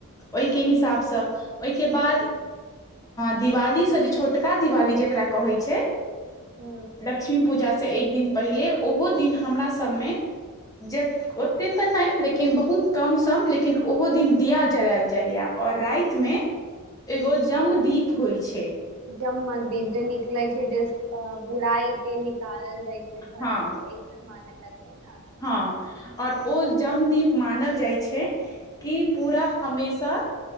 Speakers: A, on the left; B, on the right.
A: ओहि के हिसाब सँ ओहिके बाद दिवालीसँ जे छोटका दिवाली जेकरा कहै छै
B: ह
A: लक्ष्मी पूजाँ एक दिन पहिले ओहो दिन हमरा सभमे ओतेक तऽ नहि लेकिन बहुत कम सम लेकिन ओहो दिन दिया जरायल जाया और राति मे एगो जमदीप होइ छै
B: जम दीप जे निकलै छै जे बुराई के निकालल जाइ छै घर
A: हँ
B: सँ एहि तऽ मान्यता छै न
A: हँ आओर ओ जमदीप मानल जाइ छै कि पूरा हमेशा